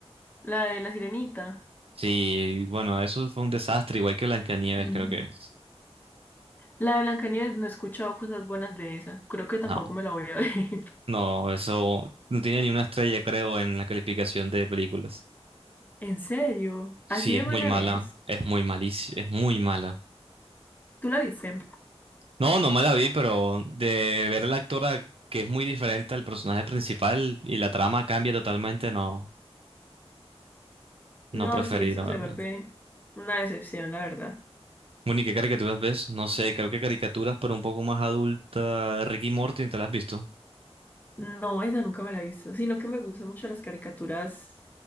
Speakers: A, on the left; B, on the right.
A: La de La Sirenita.
B: Sí, bueno, eso fue un desastre, igual que Blancanieves,
A: Ujú.
B: creo que es.
A: La de Blancanieves, no he escuchado cosas buenas de esa. Creo que tampoco
B: No,
A: me la voy a <laughs> ver.
B: no, eso no tiene ni una estrella, creo, en la calificación de películas.
A: ¿En serio?
B: Sí,
A: ¿Así
B: es
A: de mala
B: muy mala,
A: es?
B: es muy malísima, es muy mala.
A: ¿Tú la viste?
B: No, no me la vi, pero de ver a la actora que es muy diferente al personaje principal y la trama cambia totalmente, no, no
A: No,
B: preferí,
A: sí, eso
B: la verdad.
A: se vuelve una decepción, la verdad.
B: Bueno, ¿y qué caricaturas ves? No sé, creo que caricaturas, pero un poco más adulta. Ricky y Morty, ¿te las has visto?
A: No, esa nunca me la he visto, sino que me gustan mucho las caricaturas